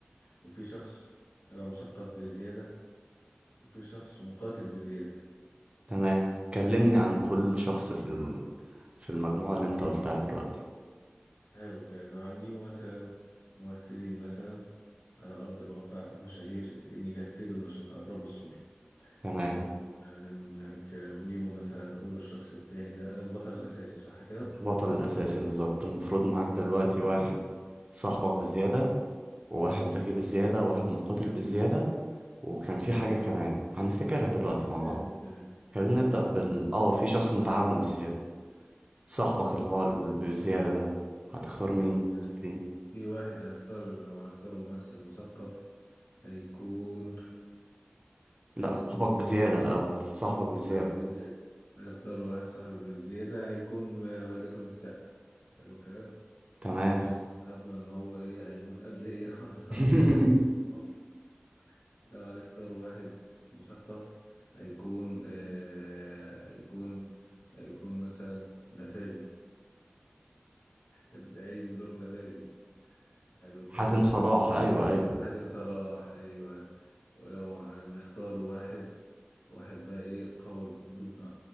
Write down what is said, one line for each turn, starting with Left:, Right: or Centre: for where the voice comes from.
Left: وفي شخص هيبقى مثقف بزيادة وفي شخص مقاتل بزيادة
Right: تمام كلمني عن كل شخص في ال... في المجموعة اللي انت قلتها دلوقتي
Left: حلو الكلام لو هنجيبه مثلا ممثلين مثلا على أرض الواقع مشاهير نجسدهم عشان نقربوا الصورة
Right: تمام
Left: عن عن عن الكلام ونجيبه مثلا نقوله الشخص التاني ده أنا البطل الأساسي صح كده
Right: البطل الأساسي بالظبط المفروض معاك دلوقتي واحد صاحبك بزيادة وواحد ذكي بالزيادة وواحد مقاتل بالزيادة وكان في حاجة كمان هنفتكرها دلوقتي مع بعض
Left: حلو الكلام
Right: خلينا نبدأ بال اه في شخص متعاون بالزيادة صاحبك اللي هو ال- بالزيادة ده هتختار مين
Left: حلو
Right: من
Left: الكلام
Right: الممثلين
Left: في واحد هنختار لو هنختار ممثل مثقف هيكون هيكون
Right: لا صاحبك بزيادة الأول صاحبك بزيادة
Left: صاحب البلاد هنختار واحد صاحب الزيادة هيكون آه، وليكن السقا حلو الكلام
Right: تمام
Left: عشان هضمن إن هو إيه هيموت قبل إيه <laughs> أو قبل ما
Right: <laughs>
Left: أموت أنا عايز أموت لوحدي. لو هنختار واحد مثقف هيكون آه هيكون هيكون مثلا نفادي اللي قايم بدور نفادي حلو الكلام
Right: حاتم صلاح أيوه أيوه
Left: حاتم صلاح ايوه ولو هنختار واحد واحد بقى ايه قوي بن-